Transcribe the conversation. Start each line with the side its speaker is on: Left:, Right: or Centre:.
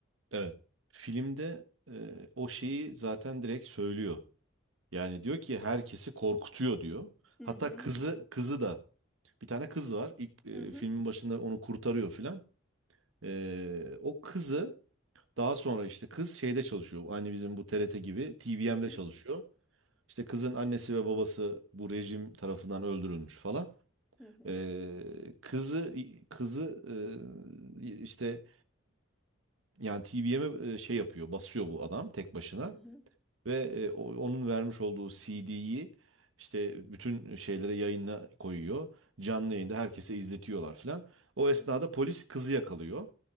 Right: evet. Filmde e, o şeyi zaten direkt söylüyor. Yani diyor ki herkesi korkutuyor diyor.
Centre: Hı
Right: Hatta
Centre: hı.
Right: kızı kızı da bir tane kız var. İlk e,
Centre: Hı hı.
Right: filmin başında onu kurtarıyor filan. E, o kızı daha sonra işte kız şeyde çalışıyor. Aynı bizim bu TRT gibi TVM'de
Centre: Hı hı.
Right: çalışıyor. İşte kızın annesi ve babası bu rejim tarafından öldürülmüş falan.
Centre: Hı hı.
Right: E, kızı kızı e, işte yani TVM'e şey yapıyor, basıyor bu adam tek başına.
Centre: Hı hı.
Right: Ve e, o- onun vermiş olduğu CD'yi işte bütün şeylere yayına koyuyor. Canlı yayında herkese izletiyorlar filan. O esnada
Centre: Hı hı.
Right: polis kızı yakalıyor.